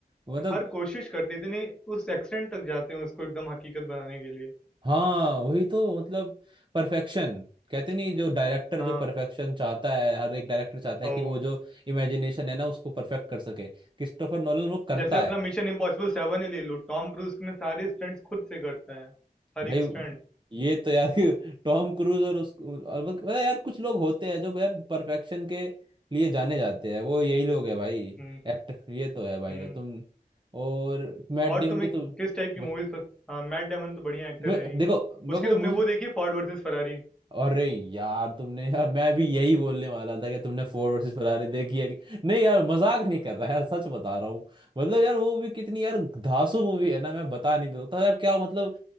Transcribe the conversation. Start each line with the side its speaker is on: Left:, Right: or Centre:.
Right: मतलब
Centre: और हर कोशिश करते इतने उस एक्सटेंट तक जाते हैं उसको एकदम हकीकत बनाने के लिए।
Right: हाँ वही तो मतलब परफेक्शन कहते नहीं जो डायरेक्टर
Centre: हाँ,
Right: जो परफेक्शन चाहता है हर एक डायरेक्टर चाहता है
Centre: हो
Right: कि वो जो इमेजिनेशन है ना उसको परफेक्ट कर सके क्रिस्टोफर नोलन वो करता
Centre: जैसे अपना
Right: है
Centre: मिशन इम्पॉसिबल सेवन ही ले लो, टॉम क्रूज ने सारे स्टंट्स खुद से करता है, हर
Right: भाई
Centre: एक स्टंट।
Right: ये तो यार <laughs> टॉम क्रूज और उस और वो- अरे यार कुछ लोग होते हैं जो यार परफेक्शन के लिए जाने जाते हैं वो यही लोग है भाई
Centre: हम्म,
Right: एक्टर ये तो है भाई
Centre: हम्म।
Right: तुम और मैट
Centre: और
Right: डेमन
Centre: तुम्हें
Right: की तो
Centre: किस टाइप की
Right: बस-
Centre: मूवीज़ प हाँ, मैट डेमन तो बढ़िया एक्टर
Right: मैं-
Centre: है ही।
Right: देखो मेरे
Centre: उसकी
Right: को
Centre: तुमने
Right: मुझे
Centre: वो देखी फोर्ड वर्सेस फरारी? <laughs>
Right: अरे यार तुमने यार मैं भी यही बोलने वाला था कि तुमने फोर्ड वर्सेस फरारी देखी है कि नहीं यार मजाक नहीं कर रहा यार सच बता रहा हूँ मतलब यार वो भी कितनी यार धांसू मूवी है ना मैं बता नहीं सकता यार क्या मतलब